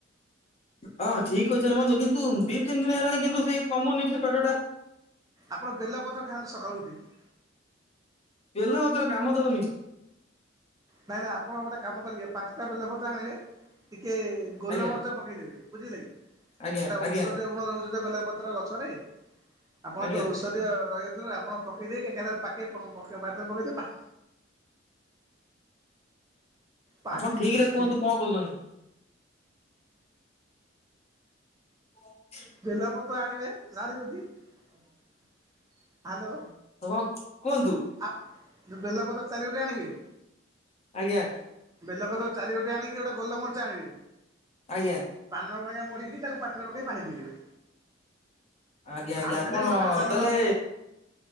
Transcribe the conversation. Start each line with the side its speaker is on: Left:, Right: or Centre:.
Left: ହଁ ଠିକ୍ କହିଛନ୍ତି ବନ୍ଧୁ କିନ୍ତୁ ଦି ତିନି ଦିନ ହେଲାଣି କିନ୍ତୁ ସେଇ କମୁନି ସେ ପେଟଟା।
Right: ଆପଣ ବେଲପତର ଖାଆନ୍ତୁ ସକାଳୁ ଉଠି କି।
Left: ବେଲ ଭତର କାମ ଦଉନି।
Right: ନାଇଁ ନାଇଁ ଆପଣ ଗୋଟେ କାମ କରିବେ ପାଞ୍ଚଟା ବେଲେ ପତର ଆଣିବେ। ଟିକେ ଗୋଲମରିଚ
Left: ଆଜ୍ଞା
Right: ପକେଇଦେବେ ବୁଝିଲେ କି।
Left: ଆଜ୍ଞା
Right: ଆରେ
Left: ଆଜ୍ଞା
Right: ଔଷଧୀୟ ଗୁଣ ରହୁଛି ତ ବେଲପତ୍ର ଗଛରେ ଆପଣ
Left: ଆଜ୍ଞା।
Right: ତାକୁ। ଯଦିଓ ରହିିହଉଥିବ ଆପଣ ପକାଇଦେଇ କି ଏକାଥର ପାଟିରେ ପକେଇଦେଇକି ପାକେ। ପାଣି
Left: ଆପଣ ଠିକି
Right: ପିଇଯିବେ
Left: ରେ କୁହନ୍ତୁ କ କହୁଛନ୍ତି। <inaudible>
Right: ବେଲପତ୍ର ଆଣିବେ ଶାଢୀ ଜୋଟି ହ୍ୟାଲୋ।
Left: ହଁ କୁହନ୍ତୁ।
Right: ଆପ୍ ବେଲପ୍ରତର ଚାରି ଗୋଟେ ଆଣିବେ
Left: ଆଜ୍ଞା
Right: ବେଲପତ୍ର ଚାରିଗୋଟି ଆଣିକି ଗୋଟେ ଗୋଲମରିଚ ଆଣିବେ।
Left: ଆଜ୍ଞା।
Right: ପାନ ଭଳିଆ ମୋଡିକି ତାକୁ ପାଟିରେ ପକେଇକି ପାଣି ପିଇଦେବେ।
Left: ଆଜ୍ଞା ଆଜ୍ଞା
Right: ଆଉ କେତେ
Left: ଆପଣ
Right: ଦିନି ହାଲୁକା
Left: ତାହେଲେ
Right: ଲୁଣ